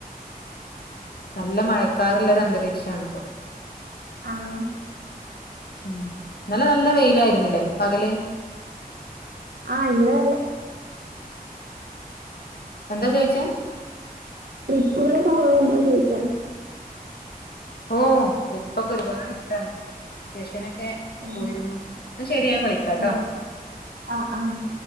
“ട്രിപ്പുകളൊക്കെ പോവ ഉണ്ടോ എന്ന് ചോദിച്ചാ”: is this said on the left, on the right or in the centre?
Right